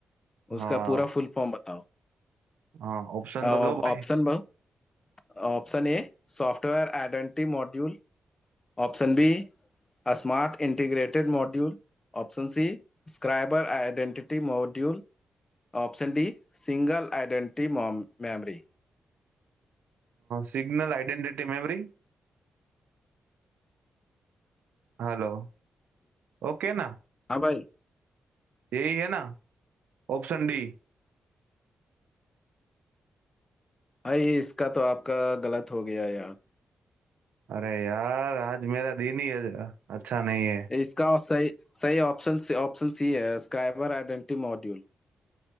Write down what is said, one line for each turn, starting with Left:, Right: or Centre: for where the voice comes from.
Right: हाँ
Left: उसका पूरा फुल फॉर्म बताओ
Right: हाँ ऑप्शन
Left: और
Right: तो दो भाई
Left: ऑप्शन ब- option A software identity module Option B smart integrated module Option C subscriber identity module Option D single identity memory
Right: Signal identity memory hello Okay ना
Left: हाँ भाई
Right: यही है ना Option D
Left: भाई इसका तो आपका गलत हो गया यार
Right: अरे यार आज मेरा दिन ही अच्छा नहीं है
Left: इसका सही सही ऑप्शन सी ऑप्शन सी है स्क्राइबर आइडेंटिटी मॉड्यूल